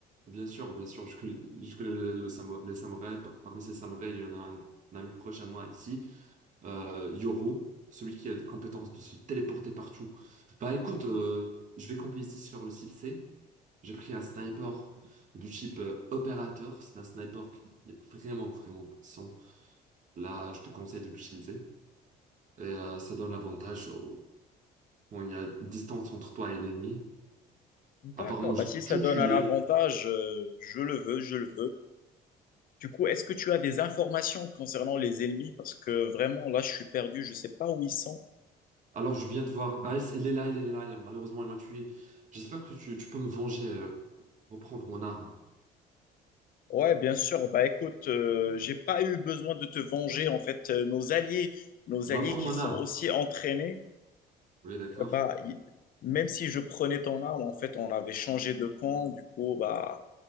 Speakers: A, on the right; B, on the left.
A: bien sûr, bien sûr. Je, conna- je connais le- le samo- les samouraïs. Par- Parmi ces samouraïs, il y en a un, un ami proche à moi ici. euh, Yoro, celui qui a la compétence de se téléporter partout. Bah écoute, euh, je vais camper ici sur le site C. J'ai pris un sniper du type euh, opérateur. C'est un sniper qui est vraiment, vraiment puissant. Là, je te conseille de l'utiliser. Et euh, ça donne l'avantage au- quand il y a une distance entre toi et l'ennemi.
B: D'accord,
A: Apparemment, j'ai
B: bah, si ça
A: tout
B: donne
A: tué.
B: un avantage, euh, je le veux, je le veux. Du coup, est-ce que tu as des informations concernant les ennemis? Parce que vraiment, là, je suis perdu, je ne sais pas où ils sont.
A: Alors, je viens de voir Ice. Il est là, il est là. il est là. Malheureusement, il m'a tué. J'espère que tu, tu peux me venger. euh, reprendre mon arme.
B: Ouais, bien sûr. Bah écoute, euh, j'ai pas eu besoin de te venger. En fait, Euh, nos alliés, nos
A: Bah,
B: alliés
A: prends
B: qui
A: mon
B: sont
A: arme.
B: aussi entraînés,
A: Oui, d'accord.
B: euh, bah y- même si je prenais ton arme, en fait, on avait changé de camp. Du coup, bah,